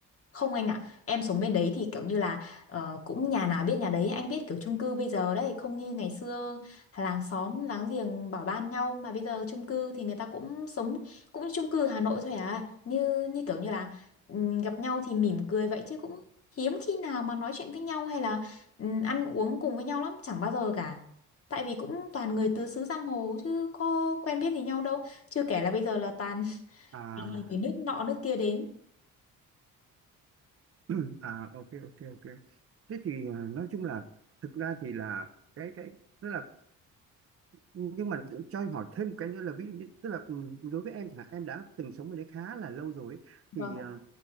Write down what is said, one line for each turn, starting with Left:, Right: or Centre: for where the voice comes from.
Left: Không anh ạ, em sống bên đấy thì kiểu như là ờ, cũng nhà nào biết nhà đấy, anh biết kiểu chung cư bây giờ đấy, không như ngày xưa làng xóm láng giềng bảo ban nhau mà bây giờ chung cư thì người ta cũng sống cũng như chung cư Hà Nội thôi à, như như kiểu như là ừm, gặp nhau thì mỉm cười vậy chứ cũng hiếm khi nào mà nói chuyện với nhau hay là ừm, ăn uống cùng với nhau lắm, chẳng bao giờ cả. Tại vì cũng toàn người tứ xứ giang hồ chứ có quen biết gì nhau đâu, chưa kể là bây giờ là toàn <laughs>
Right: à
Left: toàn là người nước nọ nước kia đến.
Right: <clears throat> à ok ok ok thế thì à, nói chung là thực ra thì là cái cái tức là nhưng mà cho em hỏi thêm một cái nữa là ví dụ như tức là ừ, đối với em chẳng hạn em đã từng sống bên đấy khá là lâu rồi ấy,
Left: Vâng,
Right: thì à,